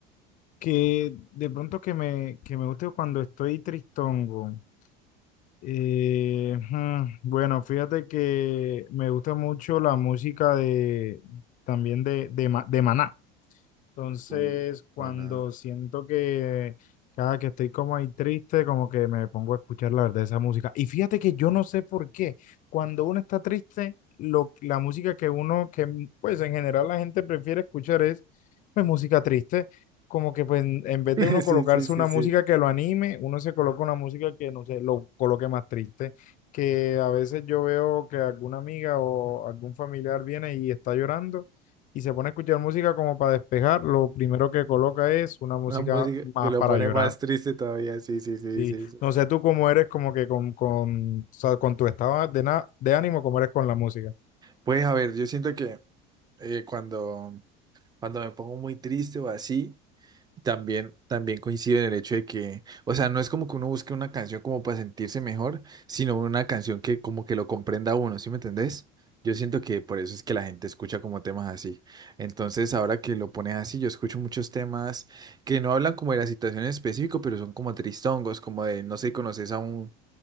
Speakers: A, on the left (about 40°); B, on the right (about 20°).
A: que de pronto que me, que me guste cuando estoy tristongo. Eh, hmm, bueno, fíjate que me gusta mucho la música de también de, de, Ma- de Maná. Entonces,
B: Uh,
A: cuando
B: Bueno,
A: siento que cada que estoy como ahí triste, como que me pongo a escuchar la verdad esa música. Y fíjate que yo no sé por qué, cuando uno está triste, lo, la música que uno, que mm, pues en general la gente prefiere escuchar es pues música triste. Como que pues en en vez
B: <laughs>
A: de uno
B: Sí,
A: colocarse
B: sí, sí,
A: una
B: sí.
A: música que lo anime, uno se coloca una música que no sé, lo coloque más triste. Que a veces yo veo que alguna amiga o algún familiar viene y está llorando y se pone a escuchar música como para despejar, lo primero que coloca es una música
B: Una música
A: más
B: que lo
A: para
B: pone
A: llorar.
B: más triste todavía. Sí, sí, sí,
A: Sí,
B: sí, sí.
A: no sé tú cómo eres como que con, con, o sea, con tu estado de, na- de ánimo, cómo eres con la música.
B: Pues a ver, yo siento que eh, cuando, cuando me pongo muy triste o así, también, también coincido en el hecho de que, o sea, no es como que uno busque una canción como para sentirse mejor, sino una canción que como que lo comprenda a uno, ¿sí me entendés? Yo siento que por eso es que la gente escucha como temas así. Entonces, ahora que lo pones así, yo escucho muchos temas que no hablan como de la situación en específico, pero son como tristongos, como de, no sé, conoces a un